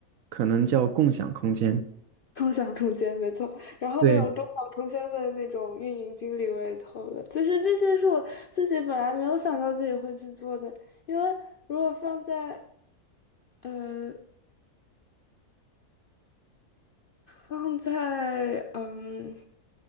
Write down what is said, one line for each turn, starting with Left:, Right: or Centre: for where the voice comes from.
Right: 可能叫共享空间。
Left: 共享空间，没错。然后那种中小空间的那种运营经理我也投了，
Right: 对，
Left: 就是这些是我自己本来没有想到自己会去做的，因为如果放在。呃。放在嗯，